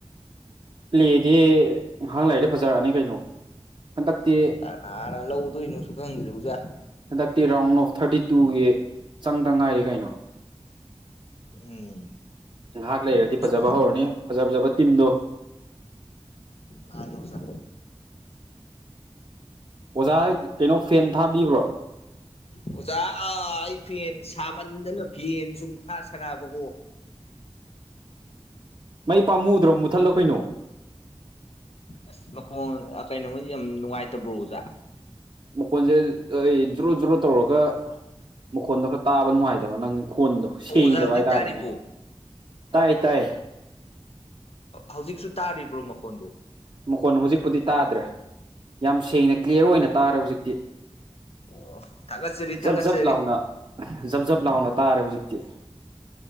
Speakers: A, on the right; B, on the left.
A: ꯄ꯭ꯂꯦꯗꯤ ꯉꯍꯥꯛ ꯂꯥꯏꯔꯗꯤ ꯐꯖꯔꯛꯑꯅꯤ ꯀꯩꯅꯣ ꯍꯟꯗꯛꯇꯤ
B: ꯀꯅꯥꯅ ꯂꯧꯗꯣꯏꯅꯣꯁꯨ ꯈꯪꯗ꯭ꯔꯦ ꯑꯣꯖꯥ
A: ꯍꯟꯗꯛꯇꯤ ꯔꯥꯎꯟ ꯑꯣꯐ ꯊꯥꯔꯇꯤ ꯇꯨꯒꯤ ꯆꯪꯗ ꯉꯥꯏꯔꯤ ꯀꯩꯅꯣ
B: ꯎꯝ
A: ꯉꯥꯏꯍꯥꯛ ꯂꯩꯔꯗꯤ
B: ꯑꯗꯨꯝ
A: ꯐꯖꯕ ꯍꯧꯔꯅꯤ ꯐꯖ ꯐꯖꯕ ꯇꯤꯝꯗꯣ
B: ꯃꯥꯅꯤ ꯑꯣꯖꯥ
A: ꯑꯣꯖꯥ ꯀꯩꯅꯣ ꯐꯦꯟ ꯊꯥꯕꯤꯕ꯭ꯔꯣ
B: ꯑꯣꯖꯥ ꯑꯥ-ꯑꯩ ꯐꯦꯟ ꯁꯥꯃꯟꯗꯅ ꯐꯦꯟ ꯁꯨꯝ ꯊꯥ ꯁꯥꯅꯕꯀꯣ
A: ꯃꯩ ꯄꯥꯝꯃꯨꯗ꯭ꯔꯣ ꯃꯨꯠꯊꯠꯂꯣ ꯀꯩꯅꯣ
B: ꯑꯁ ꯃꯈꯣꯜ ꯀꯩꯅꯣꯃꯗꯤ ꯌꯥꯝ ꯅꯨꯡꯉꯥꯏꯇꯕ꯭ꯔꯣ ꯑꯣꯖꯥ
A: ꯃꯈꯣꯟꯁꯦ ꯑꯩ ꯖ꯭ꯔꯣ ꯖ꯭ꯔꯣ ꯇꯧꯔꯒ ꯃꯈꯣꯟꯗꯣ ꯈꯔ ꯇꯥꯕ ꯅꯨꯡꯉꯥꯏꯇꯕ ꯅꯪꯒꯤ ꯄꯣꯟꯗꯣ ꯁꯦꯡꯗꯕ
B: ꯑꯣ ꯑꯣꯖꯥ ꯍꯧꯖꯤꯛ
A: ꯍꯥꯏꯇꯥꯔꯦꯅꯦ
B: ꯇꯥꯔꯤꯕꯣ
A: ꯇꯥꯏ ꯇꯥꯏ
B: ꯍꯧꯖꯤꯛꯁꯨ ꯇꯥꯔꯤꯕ꯭ꯔꯣ ꯃꯈꯣꯟꯗꯣ
A: ꯃꯈꯣꯟ ꯍꯧꯖꯤꯛꯄꯨꯗꯤ ꯇꯥꯗ꯭ꯔꯦ ꯌꯥꯝ ꯁꯦꯡꯅ ꯀ꯭ꯂꯤꯌꯥꯔ ꯑꯣꯏꯅ ꯇꯥꯔꯦ ꯍꯧꯖꯤꯛꯇꯤ
B: ꯑꯣ ꯊꯥꯒꯠꯆꯔꯤ
A: ꯖꯞ
B: ꯊꯥꯒꯠꯆꯔꯤ
A: ꯖꯞ ꯂꯥꯎꯅ ꯖꯞ ꯖꯞ ꯂꯥꯎꯅ ꯇꯥꯔꯦ ꯍꯧꯖꯤꯛ <unintelligible>